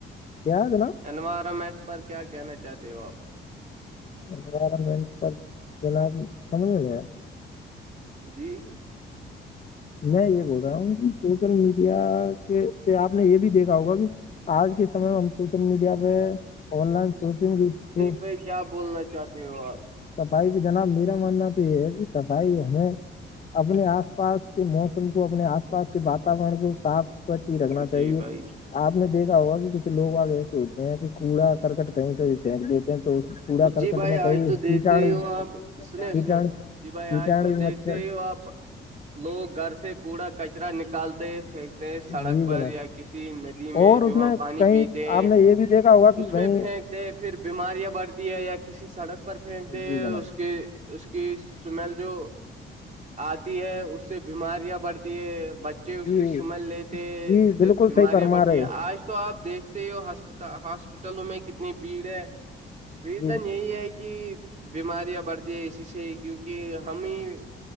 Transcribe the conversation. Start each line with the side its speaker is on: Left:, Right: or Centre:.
Left: یاد نا
Right: انوائرمنٹ پر کیا کہنا چاہتے ہو آپ
Left: انوائرمنٹ جناب سمجھ
Right: جی
Left: <inaudible> میں یہ بول رہا ہوں کہ سوشل میڈیا کے سے آپ نے یہ بھی دیکھا ہوگا کہ آج کے سمے میں ہم سوشل میڈیا پہ آن لائن شاپنگ بھی تو
Right: ائی کیا بولنا چاہتے ہو آپ
Left: صفائی بھی جناب میرا ماننا تو یہ ہے کہ صفائی ہمیں اپنے آس پاس کے موسم کو اپنے آس پاس کے واتورن کو صاف سوچ ہی رکھنا
Right: جی
Left: چاہیے
Right: بھائی
Left: آپ نے دیکھا ہوگا کہ کچھ لوگ آگئے ہوتے ہیں کہ کوڑا کرکٹ کہیں کیں پھینک دیتے ہیں تو کوڑا کرکٹ
Right: جی بھائی
Left: میں
Right: آج
Left: کئی
Right: تو دیکھتے
Left: کیٹاڑو
Right: ہی ہو آپ سنے
Left: کیٹاڑ
Right: سنا
Left: کیٹاڑ
Right: جی بھائی آج تو دیکھتے
Left: مچھر
Right: ہو ہو آپ لوگ گھر سے کوڑا کچرا نکالتے ہیں سڑک
Left: جی
Right: پر
Left: جناب
Right: یا کسی ندی میں
Left: اور اس
Right: جو ہم پانی
Left: کہیں
Right: پیتے ہیں
Left: آپ نے یہ بھی دیکھا ہوگا کہ
Right: اس
Left: وہیں
Right: میں پھینک پھر بیماریاں بڑھتی ہے یا کسی سڑک پر پھینکتے
Left: جی
Right: ہیں
Left: جناب
Right: اس کے اس کی سمیل جو آتی ہے اس سے بیماریاں بڑھتی ہے بچے اس
Left: جی
Right: کی سمل لیتے
Left: جی بالکل
Right: پھر بیماریاں
Left: صحیح فرما
Right: بڑتی
Left: رہے
Right: ہیں
Left: ہو
Right: آج تو آپ دیکھ ہاسپ ہاسپٹلوں میں کتنی بھیڑ ہے ریزن
Left: جی
Right: یہی ہے کہ بیماریاں بڑھتی ہے اسی سے کیونکہ ہمیں